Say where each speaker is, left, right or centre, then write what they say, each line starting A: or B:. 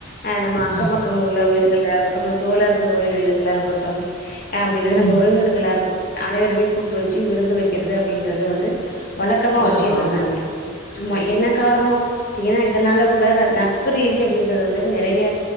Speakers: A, on the left; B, on the left.
A: ஆ நம்ம அக்க
B: ம்
A: பக்கம் உள்ள வீடு இல்ல இருக்கட்டு தோழர் தோழிகளாக இருக்கட்டும் ஆ அப்படிழுது நம்ம
B: ம்
A: உறவினர்கள்ல்லா அனைவருமே கூப்பிட்டு வச்சு விருந்து வெக்கிறது அப்படின் ருது வந்து வழக்கமா
B: வழக்கோ
A: வச்சுட்டு இருந்தாங்க ஆமா என்ன காரணம் ஏ அதனால கூட நட்பு ரீதிய அப்படின்றது வந்து நெறைய